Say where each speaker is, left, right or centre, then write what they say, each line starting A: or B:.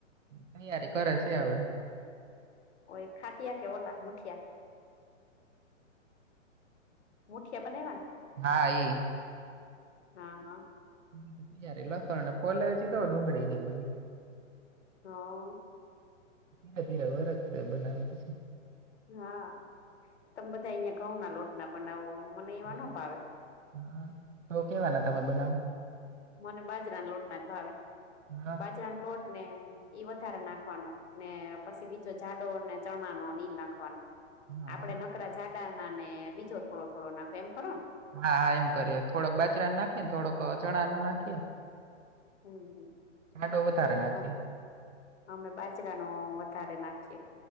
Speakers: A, on the right; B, on the left.
A: તૈયારી કરે છે હવે.
B: ઓઈ ખાટીયા કે ઓલા? મુઠિયા મુઠિયા બનાવ્યા
A: <inaudible> હા ઈ.
B: હા હા
A: હજી તો તિયારી લસણને ફોલે હજુ તો ડુંગળીને એ બધી
B: હા
A: ધીરે ધીરે <inaudible> બનાવ્યા પછી.
B: હા તમે બધા અહિયાં ઘઉંના લોટના બનાવો મને એવા
A: હા
B: ન ભાવે.
A: હા તો કેવાના તમે બનાવો?
B: મને બાજરાના લોટના જ ભાવે.
A: હા
B: બાજ જરાનો લોટ ને ઈ વધારે નાખવાનો. ને પછી બીજો જાડો ને ચણાનો ઈ નાખ ખવાનો.
A: હા
B: આપણે
A: હા
B: નકરા જાડાના ને બીજો થોડો થોડો નાખો એમ કરો ને?
A: હા હા એમ કરીએે. થોડોક બાજરાનો નાખીએ ને, થોડોક ચણાનો નાખીએ.
B: હમ હમ
A: જાડો વધારે નાખીએ.
B: હમ અમે બાજરાનો વધારે નાખીએ.